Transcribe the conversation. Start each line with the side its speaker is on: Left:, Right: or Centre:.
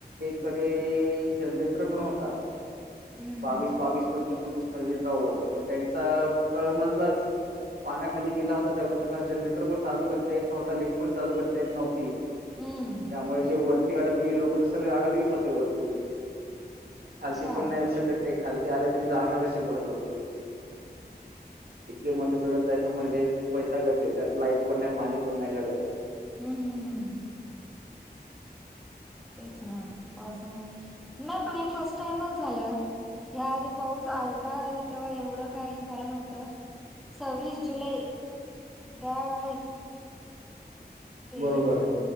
Right: कडे जनरेटर पण होता
Centre: हम्म.
Right: बावीस बावीस पंचवीस पंचवीस मजळ्याचे टॉवर पण त्यांचा तळमजलाच पाण्याखाली गेला होता त्यामुळे त्यांना जनरेटर पण चालू करता येत नव्हता लिफ्ट पण चालू करता येत नव्हती.
Centre: हम्म
Right: त्यामुळे जे वरती अडकलेली लोक तर सगळे अडकलेच होते वरती. खालती
Centre: अच्छा
Right: पण नाहीऊ शकत ते खालती आले तरी जाणार कशी बोलत वरती. इतके मण चडत जायचं म्हणजे वैतागच येतोय त्यात लाईट पण नाही पाणी पण नाही घरात.
Centre: हम् हम् हम. तेच ना पावसामुळे नाही पण हे फर्स्ट टाइमच झालं. ह्याआधी पाऊस आलताय तर एवढं काही झालं नव्हतं. सव्वीस जुलै त्यावेेळेस. ते
Right: बरोबर